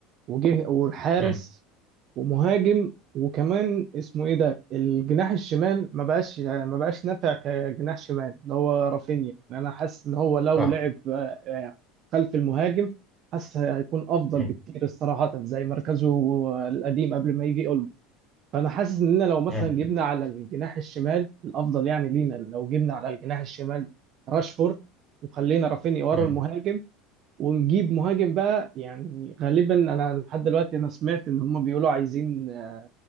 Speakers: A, on the right (about 50°); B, in the centre.
A: وجه والحارس
B: مم.
A: ومهاجم وكمان اسمه ايه ده الجناح الشمال ما بقاش يعني ما بقاش نافع كجناح شمال اللي هو رافينيا يعني انا حاسس ان هو لو
B: صح
A: لعب آه، يعني خلف المهاجم حاسس هيكون افضل
B: مم.
A: بكتير صراحة زي مركزه القديم قبل ما يجي فانا حاسس اننا لو مثلا
B: مم.
A: جبنا على الجناح الشمال الافضل يعني لينا لو جبنا على الجناح الشمال راشفورد وخلينا رافينيا ورا
B: مم.
A: المهاجم ونجيب مهاجم بقى يعني غالبا انا لحد دلوقتي انا سمعت ان هم بيقولوا عايزين آه،